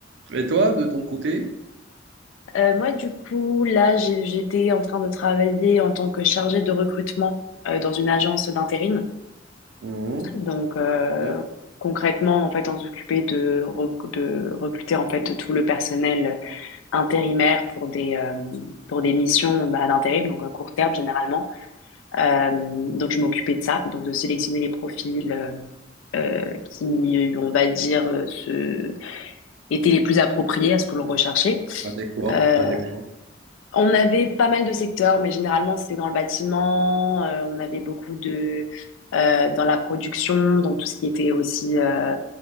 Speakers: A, on the right; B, on the left.
A: Et toi, de ton côté?
B: Euh, moi, du coup, là, j'ai- j'étais en train de travailler en tant que chargée de recrutement euh, dans une agence d'intérim.
A: Mm.
B: Donc, euh,
A: Bien.
B: concrètement, en fait, on s'occupait de, rec- de recruter en fait tout le personnel intérimaire pour des euh, pour des missions bah, d'intérim, donc à court terme généralement. Euh, donc je m'occupais de ça, donc de sélectionner les profils euh, euh, qui, on va dire, euh, se... étaient les plus appropriés à ce que l'on recherchait.
A: Adéquat,
B: Euh,
A: adéquat.
B: on avait pas mal de secteurs, mais généralement c'était dans le bâtiment. euh, on avait beaucoup de euh, dans la production, donc tout ce qui était aussi euh,